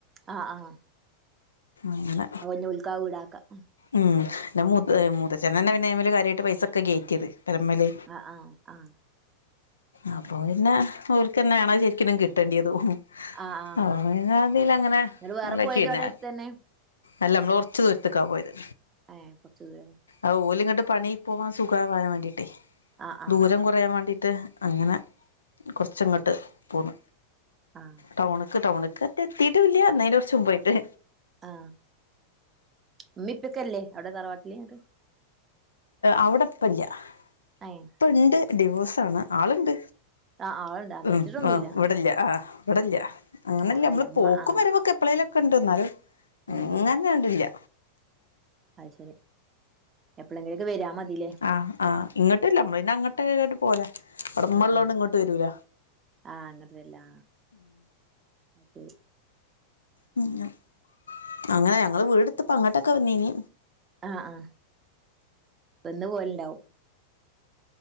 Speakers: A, on the right; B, on the left.
A: ആഹ് ആഹ്
B: അങ്ങനെ
A: <unintelligible> ഉൽക്കാവ് വ്ടാക്ക
B: ഉം ന്ന മൂ മൂതച്ഛനന്നെ പിന്നെ അയ്മല് കാര്യായിട്ട് പൈസൊക്കെ കേറ്റിത് പെരമ്മല്.
A: അഹ് അഹ് ആഹ് ആഹ്
B: അപ്പൊ പിന്നെ ഓൽക്കന്നേണഹ് ശരിക്ക്നും കിട്ട്യണ്ടതും.
A: ആഹ് ആഹ്
B: ഓനതിൽ അങ്ങനെ
A: ഇങ്ങള് വേറെ
B: ഒലക്കി
A: പോയത്
B: ന്നെ
A: അവിടെ അടുത്ത് തന്നെ
B: എല്ല മ്മള് കൊർച്ച് ദൂരത്തക്കാ പോയത്.
A: ഹേം കൊർച്ച് ദൂരലേ.
B: ആഹ് ഓല് ങ്ങട്ട് പണി പോവാൻ സുഖാവാൻ വാണ്ടിട്ടേ.
A: ആഹ് ആഹ്
B: ദൂരം കൊറയാൻ മാണ്ടിയിട്ട് അങ്ങനെ കൊർച്ചങ്ങട്ട് പോന്ന്.
A: ആഹ്
B: ടൗണ്ക്ക് ടൗണ്ക്ക് എത്തീട്ടും ല്ല്യ ന്ന അയിൻ്റെ കൊർച്ച് മുമ്പായിട്ട്.
A: ആഹ് ഇമ്മിം ഇപ്പക്കല്ലേ അഒടെ തറവാട്ട്ല് ങ്ങട്ട്?
B: അഒടെ പ്പല്ല്യ
A: ഏഹ്
B: ഇപ്പ ണ്ട് ഡിവോഴ്സാണ് ആള്ണ്ട്.
A: ആഹ് ആളുണ്ട് ആഹ്
B: ഹ്
A: മരിച്ചിട്ടൊന്നുല്ല
B: ആഹ് ഇവടല്ല്യ ആഹ് ഇവടല്ല്യ
A: ഉം
B: അങ്ങനെല്ല
A: അവിടെല്ല
B: മ്മള്
A: ഇമ്മ
B: പോക്കും
A: ആഹ്
B: വരവൊക്കെ എപ്പളേല് ക്ക്ണ്ട് ന്നാലും
A: ഉം ഉം
B: അങ്ങനാണ്ട് ല്ല്യ.
A: അത് ശരി എപ്പളെങ്കിലൊക്കെ വരാ മതില്ലേ?
B: ആഹ് ആഹ് ഇങ്ങട്ട്ല്ല മ്മള് ന്നെ അങ്ങട്ട് പോകല അവടമ്മള്ളോണ്ട്
A: ഉം ഉം
B: ഇങ്ങോട്ട് വരൂല.
A: ആഹ് അങ്ങട്ട് വര്ലാ അഹ് ശരി
B: മ് ഞ്ഞം അങ്ങനെ ഞങ്ങള് വീട്ത്തപ്പം അങ്ങട്ടക്കെ വന്നീനി.
A: ആ ആ ബന്ന് പോലെണ്ടാവും